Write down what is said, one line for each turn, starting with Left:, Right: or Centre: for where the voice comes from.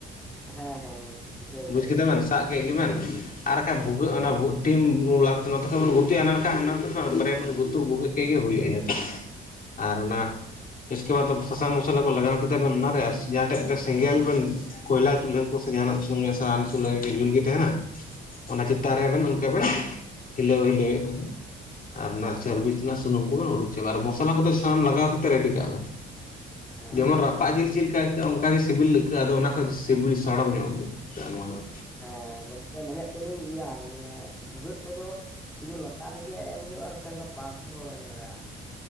Centre: ᱦᱮᱸ ᱦᱮᱸ ᱵᱩᱡᱷᱟᱹᱣ
Left: ᱵᱩᱡᱽ
Centre: ᱫᱟᱞᱤᱧ
Left: ᱠᱮᱫᱟ
Centre: ᱵᱩᱡᱷᱟᱹᱣ
Left: ᱵᱮᱱ
Centre: ᱫᱟᱞᱤᱧ
Left: ᱥᱟᱵ ᱠᱮᱫ ᱜᱮᱵᱮᱱ ᱟᱨ ᱵᱟᱠᱷᱟᱡ
Centre: ᱦᱮᱸ
Left: ᱵᱷᱩᱜᱟᱹᱜ ᱚᱱᱟ ᱴᱤᱢᱞᱟ ᱱᱚᱛᱮ ᱠᱷᱚᱱᱚᱡ ᱵᱚᱱ ᱜᱩᱛᱩᱜᱼᱟ ᱚᱱᱟᱠᱷᱟᱱ ᱦᱟᱱᱟᱛᱮ ᱵᱟᱨᱭᱟ ᱵᱚᱱ ᱜᱩᱛᱩ ᱟᱹᱜᱩ ᱠᱮᱫ ᱜᱮ ᱦᱩᱭ ᱮᱱᱟ <inaudible> ᱟᱨ ᱚᱱᱟ ᱥᱠᱮ ᱵᱟᱫᱽ ᱥᱟᱥᱟᱝ ᱢᱚᱥᱞᱟ ᱠᱚ ᱞᱟᱜᱟᱣ ᱠᱮᱫᱟ ᱵᱮᱱ ᱚᱱᱟᱨᱮ ᱡᱟᱦᱟᱸ ᱴᱷᱮᱡ ᱥᱮᱸᱜᱮᱞ ᱵᱮᱱ ᱠᱚᱭᱞᱟ ᱪᱩᱞᱦᱟᱹ ᱠᱚ ᱥᱮ ᱡᱟᱦᱟᱱᱟᱜ ᱥᱩ ᱥᱟᱦᱟᱱ ᱥᱩᱞ ᱡᱩᱞ ᱜᱮ ᱛᱟᱦᱮᱱᱟ, ᱚᱱᱟ ᱪᱮᱛᱟᱱ ᱨᱮᱵᱮᱱ ᱚᱱᱠᱟ ᱵᱮᱱ ᱦᱤᱞᱟᱹᱣ ᱦᱤᱞᱟᱹᱣᱮᱫ ᱠᱟᱛᱮᱫ, ᱟᱨ ᱱᱟᱜ ᱥᱟᱨᱵᱤᱥ
Centre: ᱦᱚᱸ
Left: ᱨᱮᱱᱟᱜ ᱥᱩᱱᱩᱢ ᱠᱚᱵᱮᱱ ᱩᱰᱩᱠ ᱪᱟᱵᱟᱭᱟ ᱢᱚᱥᱞᱟ ᱠᱚᱫᱚ ᱥᱟᱢ ᱞᱟᱜᱟᱣ ᱠᱟᱛᱮᱫ ᱨᱮᱰᱤ ᱠᱟᱜ ᱵᱮᱱ᱾
Centre: ᱦᱮᱸ
Left: ᱡᱮᱢᱚᱱ
Centre: ᱦᱮᱸ
Left: ᱨᱟᱯᱟᱜ ᱡᱤᱞ ᱪᱮᱫᱠᱟ ᱟᱹᱭᱠᱟᱹᱜᱼᱟ ᱚᱱᱠᱟᱜᱮ ᱥᱤᱵᱤᱞ ᱟᱹᱭᱠᱟᱹᱜᱼᱟ ᱟᱫᱚ ᱚᱱᱟ ᱠᱷᱚᱱ ᱥᱤᱵᱤᱞ ᱥᱚᱲᱚᱢ ᱧᱚᱜ ᱟᱭᱠᱟᱹᱣᱼᱟ᱾ <unintelligible> ᱱᱚᱣᱟ ᱫᱚ
Centre: ᱦᱮᱸ ᱜᱚᱝᱠᱮ ᱢᱮᱱᱮᱫ ᱛᱟᱦᱮᱞᱤᱧ ᱤᱭᱟᱹ ᱢᱟᱱᱮ ᱵᱷᱩᱜᱟᱹᱜ ᱠᱚᱫᱚ ᱥᱩᱫᱷᱩ ᱞᱟᱛᱟᱨ ᱨᱮᱜᱮ ᱮᱢ ᱦᱩᱭᱩᱜᱼᱟ ᱥᱮ ᱚᱱᱠᱟ ᱯᱟᱥ ᱛᱮᱦᱚᱸ ᱮᱢ ᱞᱟᱜᱟᱜᱼᱟ᱾